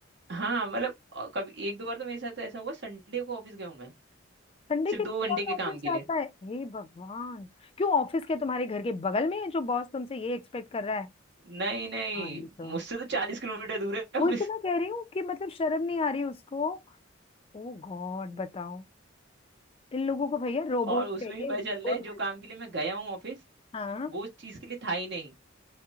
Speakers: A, on the right; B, on the left.
A: हाँ मतलब अ, कभी एक दो बार तो मेरे साथ ऐसा हुआ संडे को ऑफिस गया हूँ मैं
B: संडे
A: सिर्फ
B: के
A: दो
B: दिन
A: घंटे
B: कौन
A: के
B: ऑफिस
A: काम के
B: जाता
A: लिए
B: है हे भगवान क्यों ऑफिस के तुम्हारे घर के बगल में है जो बॉस तुमसे ये एक्सपेक्ट कर रहा है
A: नहीं नहीं
B: हाँ नहीं तो
A: मुझसे तो चालीस किलोमीटर दूर है
B: वही
A: ऑफिस
B: तो मैं कह रही हूँ कि मतलब शर्म नहीं आ रही उसको ओ गॉड बताओ इन लोगों को भैया रोबोट
A: और
B: चाहिए
A: उसमें भी पता
B: रोबोट
A: चल रहा है
B: वाले
A: जो काम के लिए मैं गया हूँ ऑफिस
B: हाँ
A: वो उस चीज के लिए था ही नहीं